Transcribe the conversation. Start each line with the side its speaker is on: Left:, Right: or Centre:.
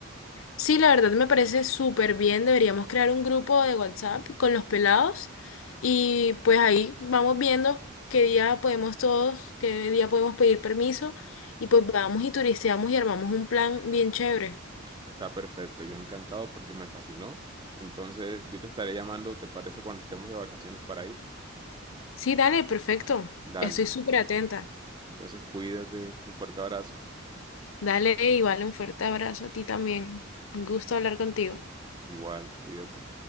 Left: Sí, la verdad me parece súper bien. Deberíamos crear un grupo de WhatsApp con los pelados y pues ahí vamos viendo qué día podemos todos, qué día podemos pedir permiso y pues vamos y turisteamos y armamos un plan bien chévere.
Right: Está perfecto, yo encantado porque me fascinó. Entonces, yo te estaré llamando, ¿te parece cuando estemos de vacaciones para ir?
Left: Sí, dale, perfecto.
Right: Dale.
Left: Estoy súper atenta.
Right: Entonces, cuídate, un fuerte abrazo.
Left: Dale, igual un fuerte abrazo a ti también. Un gusto hablar contigo.
Right: Igual, cuídate.